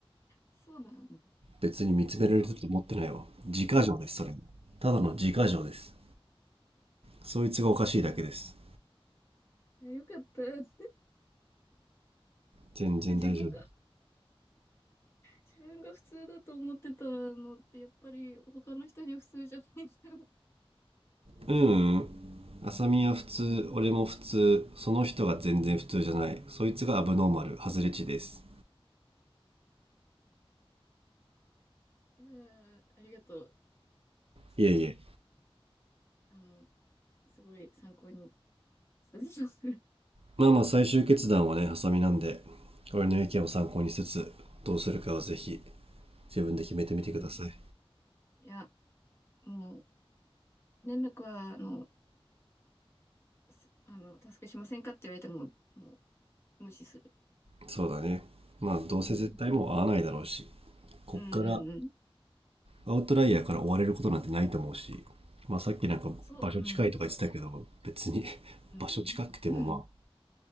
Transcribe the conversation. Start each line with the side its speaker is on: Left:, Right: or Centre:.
Left: そうだよね。
Right: 別に見つめられると思ってないわ自家錠ですそれもただの自家錠です
Left: そう。
Right: そいつがおかしいだけです
Left: <laughs> よかった。なんか
Right: 全然大丈
Left: 自分が、自分が普通だと思ってたのって、やっぱり他の人には普通じゃないんだ。
Right: 夫うんうん浅見は普通俺も普通その人が全然普通じゃないそいつがアブノーマル外れ値です
Left: いやーありがとう。ちょっと、
Right: いえいえ
Left: あの、すごい参考にさせてください。
Right: まあまあ最終決断はね浅見なんで俺の意見を参考にしつつどうするかはぜひ自分で決めてみてください
Left: うん。いや、もう、連絡は、あの、すあの、タスクしませんかって言われても、もう無視する。
Right: そうだね。まあ、どうせ絶対もう会わないだろうし、
Left: うん。
Right: こっから、
Left: うんうんうん。
Right: アウトライヤーから追われることなんてないと思うし、まあさっきなんか場所近いとか言ってたけど、
Left: そう、うん。そうだ。
Right: 別に <laughs>
Left: うんうん。
Right: 場所近くてもま